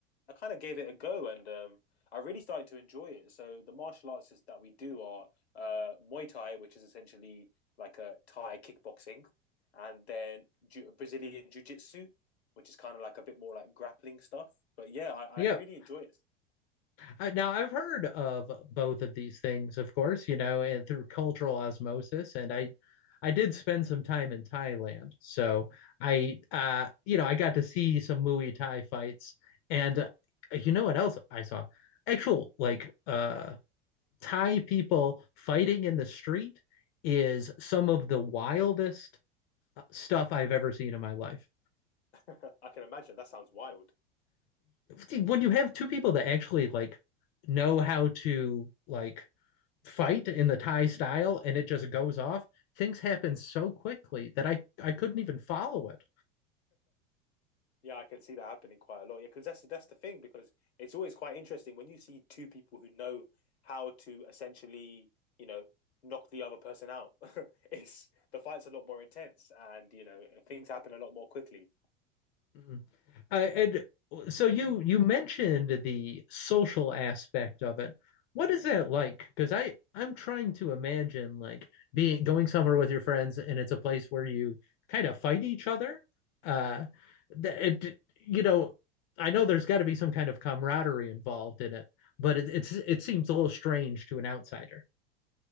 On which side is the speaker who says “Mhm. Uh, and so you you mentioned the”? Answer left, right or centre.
Left